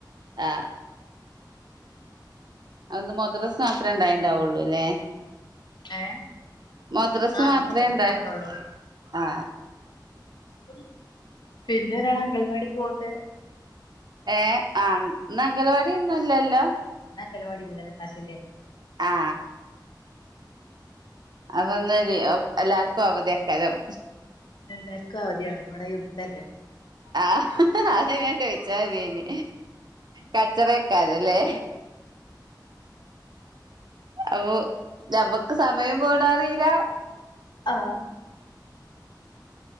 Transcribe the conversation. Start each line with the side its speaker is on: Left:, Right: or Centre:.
Right: ആ അന്ന് മദ്രസ് മാത്രേ ഉണ്ടായിണ്ടാവുള്ളുല്ലേ
Left: ഏ
Right: മദ്രസ്
Left: ആ
Right: മാത്രേ
Left: ഇന്ന് മദ്രസ
Right: ഇണ്ടയി
Left: മാത്രേ ഉള്ളൂ
Right: ആ
Left: <inaudible> പിന്നെ ഒരാള് അങ്കൽവാടി പോൺണ്ട്
Right: ഏ ആ ഇന്നങ്കലവാടിയൊന്നുല്ലല്ലോ
Left: അങ്കലവാടില്ല ഇന്ന് രണ്ടാ ശനിയല്ലേ
Right: ആ അപ്പന്ന് ദിഒഎല്ലാർക്കു അവധേക്കാരം
Left: എല്ലാർക്കു അവധ്യാണ് ഇവടെ യുദ്ധല്ലേ
Right: ആ അത് ഞാൻ ചോയിച്ചാ വെരേനി കച്ചറ ക്കാരല്ലേ ഓ ഞമ്മക്ക് സ മയം പോണ റീല
Left: ആ